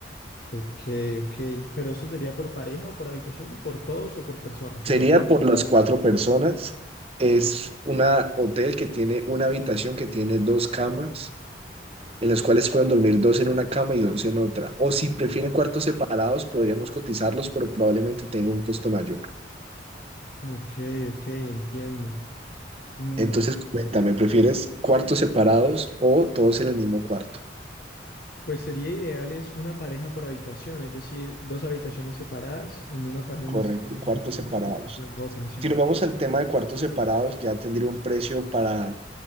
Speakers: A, on the left (about 55°); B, on the right (about 30°).
A: Ok, ok. ¿Pero eso sería por pareja o por habitación o por todos o por persona?
B: Sería
A: ¿Cómo es?
B: por las cuatro personas. Es un hotel que tiene una habitación que tiene dos camas, en las cuales pueden dormir dos en una cama y dos en otra. O si prefieren cuartos separados, podríamos cotizarlos, pero probablemente tenga un costo mayor.
A: Ok, ok, entiendo. Mm,
B: Entonces, coméntame, ¿prefieres cuartos separados o todos en el mismo cuarto?
A: pues sería ideal es una pareja por habitación, es decir, dos habitaciones separadas, en una, pa- en una
B: Correcto,
A: estaríamos
B: cuartos
A: una pareja
B: separados.
A: y en otra la otra, sí.
B: Si nos vamos al tema de cuartos separados, ya tendría un precio para